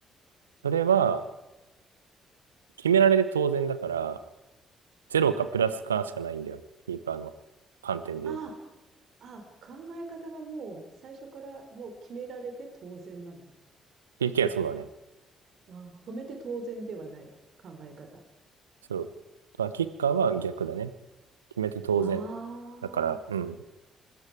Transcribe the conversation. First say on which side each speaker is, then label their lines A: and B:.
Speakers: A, on the right (about 85°); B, on the right (about 55°).
A: それは、決められて当然だから、ゼロかプラスかしかないんだよ。キーパーの観点で言うと。
B: ああ、ああ、考え方がもう最初からもう決められて当然なんだ。
A: PK はそうだね。
B: ああ、止めて当然ではない考え方。
A: そう。まあ、キッカーは逆だね。決めて当然。
B: ああ、
A: だから、うん。